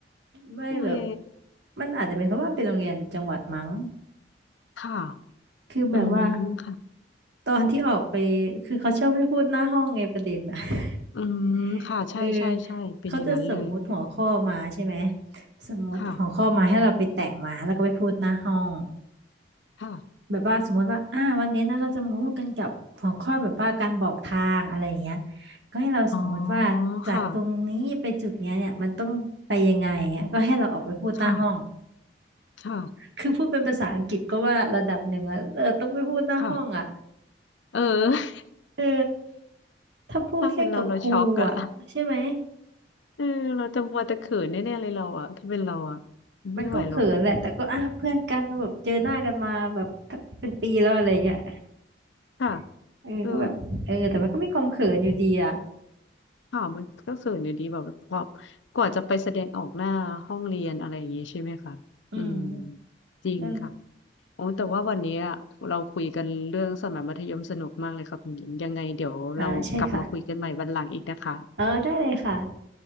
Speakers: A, on the right; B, on the left.
A: ไม่แบบ
B: โอ้ย
A: มันอาจจะเป็นเพราะว่ามันเป็นโรงเรียนจังหวัดมั้ง
B: ค่ะ
A: คือแบบว่า
B: อืมค่ะ
A: ตอนที่ออกไปคือเขาชอบไม่พูดหน้าห้องไงประเด็นอ่ะ <laughs>
B: อืมค่ะใช่ใช่ใช่เป็นอย่างนั้นเลย
A: เออเขาจะสมมุติหัวข้อมาใช่ไหมสมมุติหัวข้อมาให้เราไปแต่งมาแล้วก็ไปพูดหน้าห้อง
B: ค่ะค่ะ
A: แบบว่าสมมติว่าอ่าวันนี้นะเราจะมาพูดกันกับหัวข้อแบบว่าการบอกทางอะไรอย่างเงี้ยก็ให้เราสมมติว่าจากตรงนี้ไปจุดเนี้ยเนี่ยมันต้องไปยังไงอย่างเงี้ยก็ให้เราออกไปพูดหน้าห้อง
B: อ๋อค่ะค่ะค่ะ
A: คือพูดเป็นภาษาอังกฤษก็ว่าระดับหนึ่งอะเออต้องไปพูดหน้าห้องอะ
B: ค่ะเออ <laughs>
A: เออถ้าพูดแค่กับครูอ่ะใช่ไหม
B: ถ้าเป็นเราเราช็อกอะ เออเราจะมัวแต่เขินแน่ๆเลยเราอะถ้าเป็นเราอะ
A: มันก็เขินแหละแต่ก็อ่ะเพื่อนกันแบบเจอหน้ากันมาแบบ
B: ไม่ไหวหรอก
A: เป็นปีแล้วอะไรเงี้ย
B: ค่ะ
A: <laughs> เออก็แบบเออแต่มันก็มีความเขินอยู่ดีอ่ะ
B: เออข่าวมันก็เขินอยู่ดีแบบกว่ากว่าจะไปแสดงออกหน้าห้องเรียนอะไรอย่างงี้ใช่ไหมคะอืม
A: อืม
B: จริงค่ะ
A: นั่น
B: โอ้แต่ว่าวันนี้อะเราคุยกันเรื่องสมัยมัธยมสนุกมากเลยครับคุณหญิงยังไงเดี๋ยวเรากลับมาคุยกันใหม่วันหลังอีกนะคะ
A: อ่าใช่ค่ะเออได้เลยค่ะ